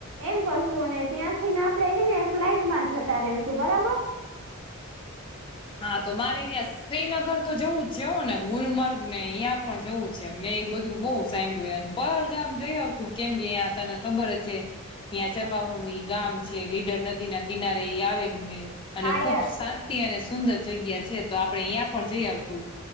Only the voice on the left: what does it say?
હા તો મારે ત્યાં શ્રીનગર. તો જવું જ છે હો ને ગુલમર્ગ ને અહી પણ જવું છે મેં એ બધું બહુ સાં ગ્યું એમ. પલગામ જઈ આવશું. કેમ કે ત્યાં તને ખબર જ છે. ત્યાં ચરવાહોનું ઈ ગામ છે. લીડર નદી ના કિનારે ઈ આવેલું છે. અને
ખુબ
શાંતિ અને સુંદર જગ્યા છે. તો આપડે અહીયા પણ જઈ આવશું